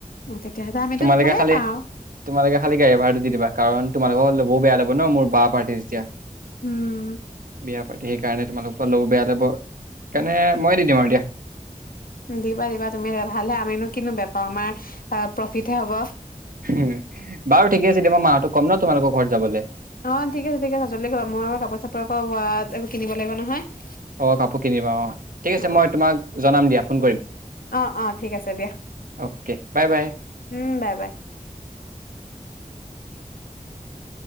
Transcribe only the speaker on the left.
অ তেতিয়াহ'লে আমিতো
ভালে
পাওঁ
উম
দিবা, দিবা, তুমিয়ে দিবা, ভাল হে আমিনো কিনো বেয়াপাওঁ, আমাৰ প্ৰফিটহে হ'ব।
অ, ঠিক আছে, ঠিক আছে, জলদি কৰা, মই আও কাপোৰ চাপোৰ আকৌ কিনিব লাগিব নহয়।
অ
অ অ ঠিক আছে দিয়া
উম বাই বাই